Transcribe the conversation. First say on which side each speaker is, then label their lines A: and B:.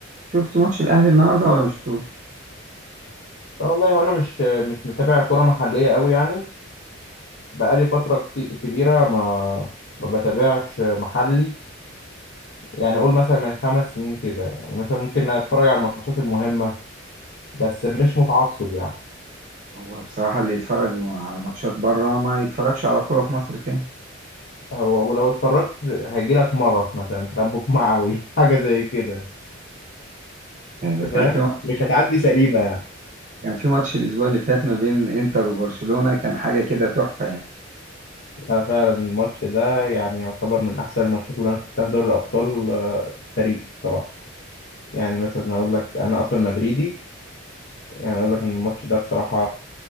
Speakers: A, on the right; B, on the left.
A: شفت ماتش الاهلي النهارده ولا ما شفتوش
B: لا والله وانا مش مش متابع كرة محلية قوي يعني بقالي فترة كت- كبيرة ما ما بتابعش محلي يعني قول مثلا من خمس سنين كده يعني مثلا ممكن اتفرج على الماتشات المهمة بس مش متعصب يعني
A: هو بصراحه اللي يتفرج على ماتشات بره ما يتفرجش على كوره في مصر تاني
B: هو ولو اتفرجت هيجي لك مغص مثلا تربك معوي <laughs> حاجة زي كده
A: يعني ده كان
B: فاهم
A: في ماتش
B: مش هتعدي سليمة يعني
A: كان في ماتش الاسبوع اللي فات ما بين انتر وبرشلونه كان حاجه كده تحفه يعني
B: لا فعلا الماتش ده يعني يعتبر من أحسن الماتشات اللي أنا شفتها في دوري الأبطال آه، في التاريخ بصراحة يعني مثلا أقول لك أنا أصلا مدريدي يعني اقول لك ان الماتش ده بصراحه